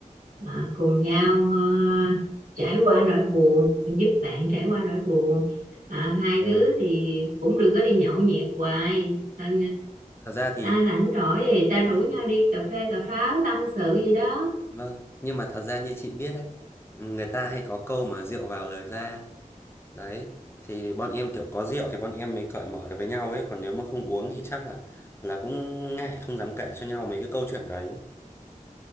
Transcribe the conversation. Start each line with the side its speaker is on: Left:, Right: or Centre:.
Right: ờ, cùng nhau ờ, trải qua nỗi buồn giúp bạn trải qua nỗi buồn Ờ, hai
Left: vâng
Right: đứa thì cũng đừng có đi nhậu nhẹt hoài ta,
Left: thật ra thì
Right: ta rảnh rỗi thì ta rủ
Left: vâng
Right: nhau đi cà phê cà pháo tâm sự gì đó
Left: vâng nhưng mà thật ra như chị biết đấy người ta hay có câu mà rượu vào lời ra Đấy, thì bọn em kiểu có rượu thì bọn em mới cởi mở được với nhau ấy, còn nếu mà không uống thì chắc là là cũng ngại không dám kể cho nhau mấy cái câu chuyện đấy.